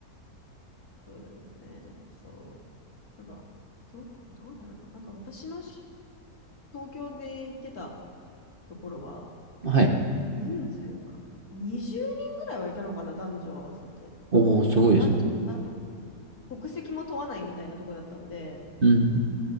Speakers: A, on the left (about 70°); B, on the right (about 40°).
A: そうですね。そう。なんか、どう、どうだろうな。なんか私のし東京で行ってたところは、
B: はい。
A: 人数が20人ぐらいはいたのかな、男女合わせて。
B: おお、すごいですね。
A: 男女、な、国籍も問わないみたいなとこだったんで、
B: うん。